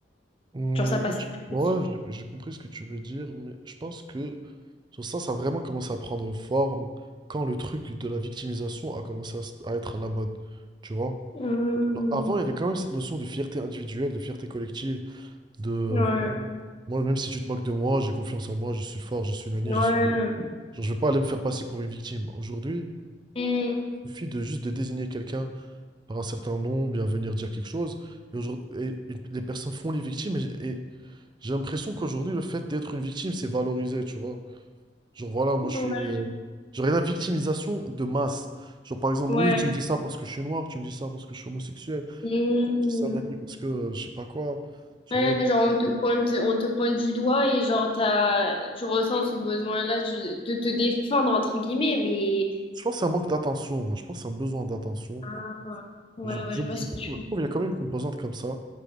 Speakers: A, on the right; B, on the left.
A: Hmm,
B: Genre, ça passait
A: je- ouais,
B: plus.
A: j'ai j'ai compris ce que tu veux dire, mais je pense que sur ça, ça a vraiment commencé à prendre forme quand le truc de la victimisation a commencé à, s- à être à la mode, tu vois?
B: Hmm.
A: Genre, avant, il y avait quand même cette notion de fierté individuelle, de fierté collective, de euh,
B: Ouais,
A: moi, même si tu te moques de moi, j'ai confiance en moi, je suis fort, je suis nani,
B: ouais,
A: je suis... Genre, je vais pas aller me faire passer pour une victime. Aujourd'hui,
B: Hmm.
A: il suffit de juste de désigner quelqu'un par un certain nom, bien venir dire quelque chose, et, aujourd'hui, et- et les personnes font les victimes et, j'ai l'impression qu'aujourd'hui, le fait d'être une victime, c'est valorisé, tu vois. Genre, voilà, moi, je
B: ouais,
A: suis. euh, Genre, il y a la victimisation de masse. Genre, par exemple,
B: ouais.
A: oui, tu me dis ça parce que je suis noir, tu me dis ça parce que je suis homosexuel,
B: Hmm.
A: tu me dis ça, Nani, parce que euh, je sais pas quoi. Genre,
B: Ouais,
A: il y a-
B: genre on te pointe, on te pointe du doigt et genre t'as, tu ressens ce besoin-là tu- de te défendre entre guillemets, mais
A: je pense que c'est un manque d'attention, moi. Je pense que c'est un besoin d'attention.
B: Ah. ouais,
A: Genre,
B: ouais,
A: je,
B: je vois
A: je
B: ce
A: trouve
B: que tu
A: qu'il y a quand même une composante comme ça.